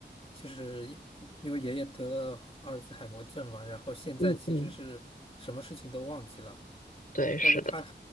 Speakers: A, on the left; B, on the left.
A: 就是一因为爷爷得了阿尔兹海默症嘛，然后现在其实是什么事情都忘记了，
B: 嗯嗯，对，
A: 但是他
B: 是的，